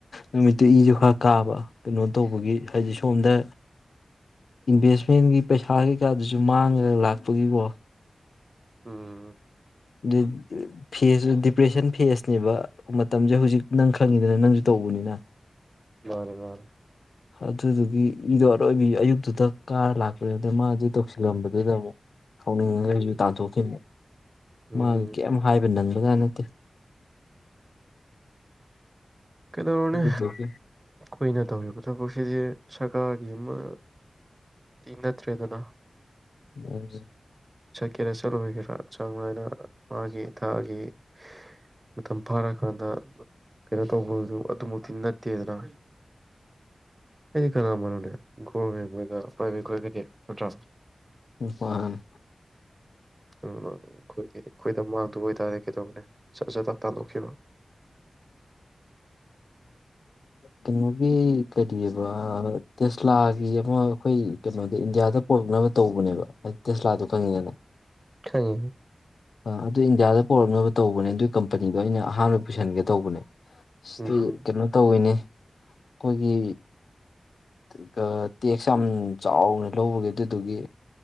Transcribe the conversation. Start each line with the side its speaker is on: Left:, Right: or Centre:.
Left: ꯅꯨꯃꯤꯠꯇꯨ
Right: ꯎꯝ
Left: ꯏꯁꯨ
Right: ꯎꯝ
Left: ꯈꯔ ꯀꯥꯕ ꯀꯩꯅꯣ ꯇꯧꯕꯒꯤ ꯍꯥꯏꯗꯤ ꯁꯣꯝꯗ ꯏꯟꯚꯦꯁꯃꯦꯟꯒꯤ ꯄꯩꯁꯥ ꯀꯩꯀꯥꯗꯨꯁꯨ ꯃꯥꯡꯉꯒ ꯂꯥꯛꯄꯒꯤꯀꯣ
Right: ꯎꯝ
Left: ꯑꯗꯨ ꯐꯦꯁ ꯗꯤꯄ꯭ꯔꯦꯁꯟ ꯐꯦꯁꯅꯦꯕ ꯃꯇꯝꯁꯦ ꯍꯧꯖꯤꯛ ꯅꯪ ꯈꯪꯉꯤꯗꯨꯅ ꯅꯪꯁꯨ ꯇꯧꯕꯅꯤꯅ
Right: ꯃꯥꯅꯦ ꯃꯥꯅꯦ
Left: ꯑꯗꯨꯗꯨꯒꯤ ꯏꯗꯣ ꯑꯔꯣꯏꯕꯤ ꯑꯌꯨꯛꯇꯨꯗ ꯀꯥꯔ ꯂꯥꯛꯄꯅꯦꯗ ꯃꯥꯗꯨ ꯇꯧꯁꯤꯜꯂꯝꯕꯗꯨꯗ ꯑꯃꯨꯛ ꯁꯥꯎꯅꯤꯡꯉꯥꯁꯨ ꯇꯥꯟꯊꯣꯛꯈꯤꯕꯅꯦ
Right: ꯎꯝ
Left: ꯃꯥ ꯀꯩꯝ ꯍꯥꯏꯕ ꯅꯪꯕꯖꯥ‌ ꯅꯠꯇꯦ
Right: ꯀꯩꯗꯧꯔꯨꯅꯤ
Left: ꯑꯗꯨꯗꯨꯒꯤ
Right: ꯀꯨꯏꯅ ꯇꯧꯔꯤꯕ ꯊꯕꯛꯁꯤꯗꯤ ꯁꯔꯀꯥꯔꯒꯤ ꯑꯃ ꯅꯠꯇ꯭ꯔꯦ ꯗꯥꯗꯥ
Left: ꯑꯝ
Right: ꯀꯦꯔꯦꯁꯠ ꯑꯣꯏꯒꯦꯔꯥ ꯆꯥꯡꯅꯥ ꯍꯥꯏꯅ ꯃꯥꯒꯤ ꯊꯥꯒꯤ ꯃꯇꯝ ꯐꯥꯔꯛꯑꯀꯥꯟꯗ ꯀꯔꯣ ꯇꯧꯕꯗꯨ ꯑꯗꯨꯃꯛꯇꯤ ꯅꯠꯇꯦꯗꯅ ꯍꯥꯏꯗꯤ ꯀꯥꯟꯅꯥ ꯃꯅꯦ ꯒꯣꯔꯦꯟ ꯃꯒ ꯄ꯭ꯔꯥꯏꯚꯦꯠ ꯑꯣꯏꯔꯒꯗꯤ ꯅꯠꯇ꯭ꯔꯥ ꯑꯩꯈꯣꯏ
Left: ꯃꯥꯅꯦ
Right: ꯑꯩꯈꯣꯏꯗ ꯃꯥꯡꯗꯕ ꯑꯣꯏꯇꯥꯔꯦ ꯀꯩꯗꯧꯕꯅꯦ ꯁꯆꯦꯗ ꯇꯥꯟꯗꯈꯈꯤꯕ
Left: ꯀꯩꯅꯣꯒꯤ ꯀꯔꯤꯑꯕ ꯇꯦꯁꯂꯥꯒꯤ ꯑꯃ ꯑꯩꯈꯣꯏ ꯀꯩꯅꯣꯗ ꯏꯟꯗꯤꯌꯥꯗ ꯄꯣꯔꯛꯅꯕ ꯇꯧꯕꯅꯦꯕ ꯍꯥꯏꯗꯤ ꯇꯦꯁꯂꯥꯗꯣ ꯈꯪꯉꯤꯗꯅꯦꯜ
Right: ꯍꯥꯏ
Left: ꯑ ꯑꯗꯨ ꯏꯟꯗꯤꯌꯥꯗ ꯄꯣꯔꯛꯅꯕ ꯇꯧꯕꯅꯦ ꯑꯗꯨꯒꯤ ꯀꯝꯄꯅꯤꯗꯣ ꯑꯩꯅ ꯑꯍꯥꯟꯕ ꯄꯨꯁꯟꯒꯦ ꯇꯧꯕꯅꯦ ꯁꯤ
Right: ꯎꯝ ꯍꯝ
Left: ꯀꯩꯅꯣ ꯇꯧꯋꯤꯅꯦ ꯑꯩꯈꯣꯏꯒꯤ ꯑꯗꯨꯒ ꯇꯦꯛꯁ ꯌꯥꯝ ꯆꯥꯎꯅ ꯂꯧꯕꯒꯤꯦ ꯑꯗꯨꯗꯨꯒꯤ